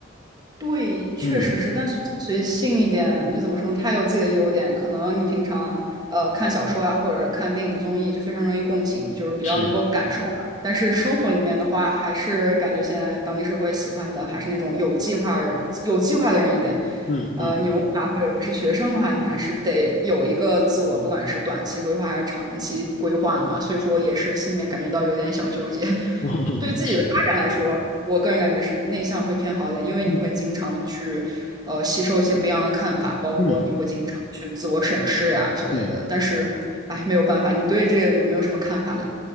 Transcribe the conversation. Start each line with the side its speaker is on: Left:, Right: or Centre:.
Right: 对，确实是，
Left: 嗯，
Right: 但随心随性一点，就怎么说呢？它有自己的优点，可能你平常呃看小说啊，或者看电影综艺，就非常容易共情，就是比较能够感受嘛。
Left: 是，
Right: 但是生活里面的话，还是感觉现在当今社会喜欢的还是那种有计划人有计划的人一点。
Left: 嗯嗯嗯，
Right: 呃，牛马或者是学生的话，你还是得有一个自我，不管是短期规划还是长期规划的嘛。所以说，也是心里面感觉到有点小纠结。<laughs>
Left: <laughs>
Right: 对自己的发展来说，
Left: 是的，
Right: 我个人感觉是内向会偏好一点，因为你会经常的去，
Left: 嗯
Right: 呃，吸收一些不一样的看法，包括你会经常去自我审视呀之类的。
Left: 嗯嗯。
Right: 但是，哎，没有办法，你对这个有没有什么看法嘞？